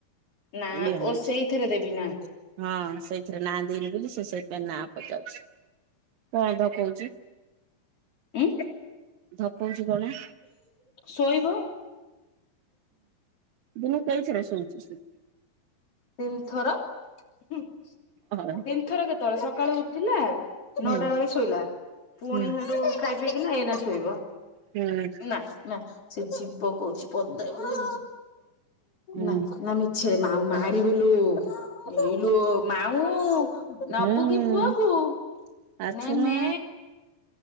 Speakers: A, on the left; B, on the right.
A: ନା
B: ଇଏ ହଉଛି
A: ଓ ସେଇଥିରେ ଦେବି ନା
B: ହଁ ସେଇଥିରେ ନାଁ ଦେଇନି ବୋଲି ସେ ସେଇଥିପାଇଁ ନା ପଚାରୁଛି କଣ ଦବ କହୁଛି?
A: ଏ।
B: ଧପଉଛି କଣ?
A: ଶୋଇବ।
B: ଦିନକୁ କେଇଥର ଶୋଇଚି ସେ?
A: ତିନିଥର ତିନିଥର
B: ହଁ
A: କେତେବେଳେ ସକାଳୁ ଉଠିଲା ନଅଟା
B: ହୁଁ
A: ବେଳେ ଶୋଇଲା ପୁଣି
B: ହୁଁ
A: ସେଠୁ ଖାଇ ପିଇକିନା ଏଇନା ଶୋଇବ।
B: ହୁଁ
A: ନା ନା ସେ ଯୀବ କହୁଛି ପଦକୁ
B: ହୁଁ
A: ନା ନା ମିଛରେ ମାଉ ମାରିିବୋଲ ହେଇଲୋ ମାଉଁ। ନବୁ
B: ହୁଁ
A: କି ପୁଅକୁ
B: ଆସୁନୁ
A: ନେ ନେ।